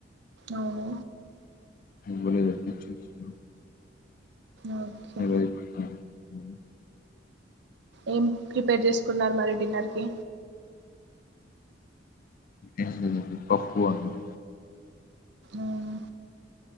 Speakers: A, on the right; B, on the left.
A: అవును
B: బలే అనిపించింది సినిమా
A: ఓకే
B: అయిపోయిందా?
A: ఏం ప్రిపేర్ చేసుకున్నారు మరి డిన్నర్ కి
B: ఏం లేదండి పప్పు, అన్నం
A: అవును